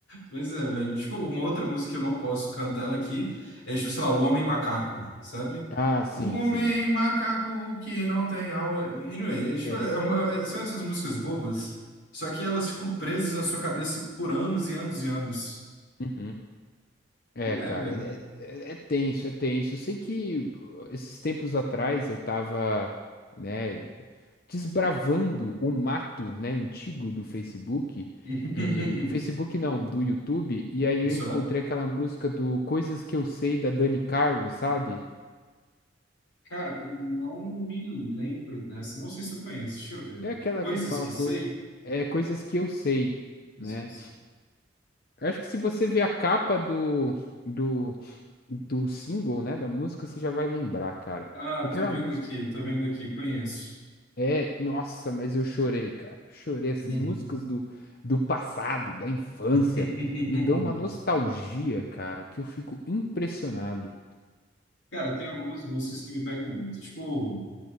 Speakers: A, on the left; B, on the left.
A: Mas é, velho. Tipo, uma outra música que eu não posso cantar ela aqui é, tipo, sei lá, O Homem Macaco, sabe?
B: Ah, sim,
A: O Homem
B: sim.
A: Macaco que não tem alma. Anyway, é, tipo,
B: É,
A: é uma-
B: não-
A: é- são essas músicas bobas, só que elas ficam presas na sua cabeça por anos e anos e anos.
B: Uhum. É,
A: E É,
B: cara,
A: velho.
B: é, é- é tenso, é tenso. Eu sei que uh, esses tempos atrás eu tava, né, desbravando o mato, né, antigo do Facebook
A: <laughs>
B: e Facebook não, do YouTube, e aí eu
A: Só.
B: encontrei aquela música do Coisas que eu sei da Dani Carlos, sabe?
A: Cara, não me lembro dessa. Não sei se eu conheço. Deixa eu ver.
B: É aquela
A: Coisas
B: que fala
A: que
B: co...
A: sei.
B: é coisas que eu sei,
A: Coisas
B: né?
A: que eu sei.
B: Eu acho que se você ver a capa do do do single, né, da música, você já vai lembrar, cara.
A: Ah,
B: Porque
A: tô
B: era
A: vendo
B: uma música
A: aqui, tô vendo aqui, conheço.
B: É, nossa, mas eu chorei, cara. Chorei. Essas
A: Uhum.
B: músicas do, do passado, da infância,
A: <laughs>
B: me dão uma nostalgia, cara, que eu fico impressionado.
A: Cara, tem algumas músicas que me pegam muito. Tipo,